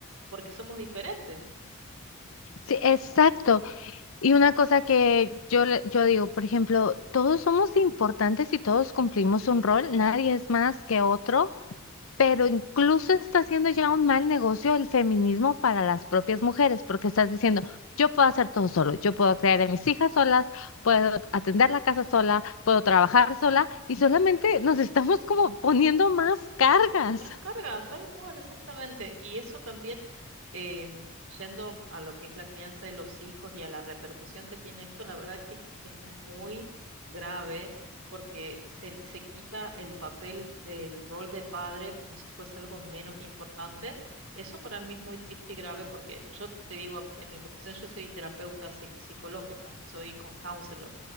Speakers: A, on the right (about 65°); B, on the left (about 65°).
A: porque somos diferentes.
B: sí, exacto. Y una cosa que yo, le- yo digo, por ejemplo, todos somos importantes y todos cumplimos un rol, nadie es más que otro, pero incluso está haciendo ya un mal negocio el feminismo para las propias mujeres, porque estás diciendo, yo puedo hacer todo solo, yo puedo crear a mis hijas solas, puedo atender la casa sola, puedo trabajar sola, y solamente nos estamos como poniendo más cargas.
A: Más carga tal cual, exactamente. Y eso también, em, yendo a lo que es la crianza de los hijos y a la repercusión que tiene esto, la verdad que es, es muy grave porque se, se quita el papel del rol de padre como si fuese algo menos importante. Eso para mí es muy triste y grave porque yo te digo, en mi profesión yo soy terapeuta psic- psicológica, soy co- counselor